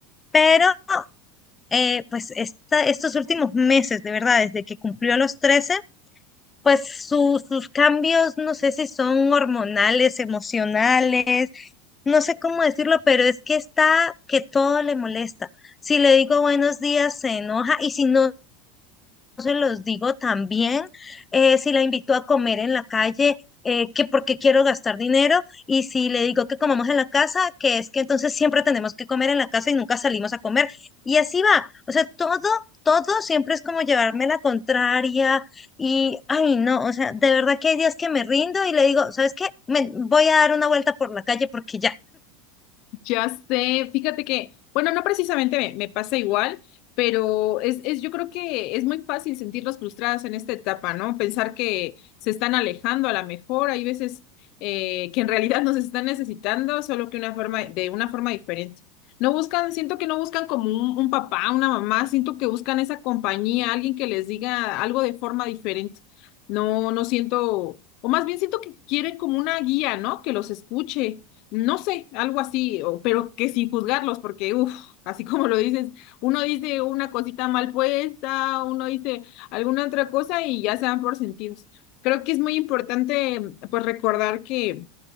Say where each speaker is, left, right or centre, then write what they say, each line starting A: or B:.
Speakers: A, on the left (about 20°); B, on the left (about 60°).
A: pero eh, pues esta, estos últimos meses, de verdad, desde que cumplió los trece pues su- sus cambios, no sé si son hormonales, emocionales, no sé cómo decirlo, pero es que está que todo le molesta. Si le digo buenos días, se enoja y si no se los digo también, eh, si la invito a comer en la calle, eh, que porque quiero gastar dinero y si le digo que comamos en la casa, que es que entonces siempre tenemos que comer en la casa y nunca salimos a comer. Y así va. O sea, todo, todo siempre es como llevarme la contraria y, ay, no, o sea, de verdad que hay días que me rindo y le digo, ¿sabes qué? Me voy a dar una vuelta por la calle porque ya.
B: Ya sé, fíjate que, bueno, no precisamente me, me pasa igual, pero es, es, yo creo que es muy fácil sentirlos frustrados en esta etapa, ¿no? Pensar que se están alejando a la mejor, hay veces eh, que en realidad nos están necesitando, solo que una forma, de una forma diferente. No buscan, siento que no buscan como un, un papá, una mamá, siento que buscan esa compañía, alguien que les diga algo de forma diferente. No, no siento, o más bien siento que quieren como una guía, ¿no? Que los escuche no sé, algo así, o- pero que sin juzgarlos, porque, uff, así como lo dices, uno dice una cosita mal puesta, uno dice alguna otra cosa y ya se dan por sentidos. Creo que es muy importante, pues, recordar que